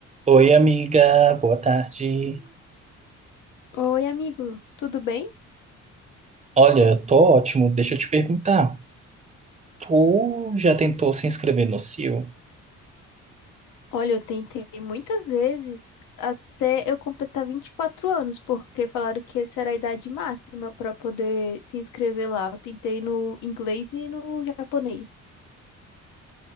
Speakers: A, on the right (about 25°); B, on the left (about 90°).
A: Oi, amiga, boa tarde.
B: Oi, amigo, tudo bem?
A: Olha, eu tô ótimo. Deixa eu te perguntar. Tu já tentou se inscrever no CIO?
B: Olha, eu tentei muitas vezes até eu completar 24 anos, porque falaram que essa era a idade máxima para poder se inscrever lá. Eu tentei no inglês e no japonês.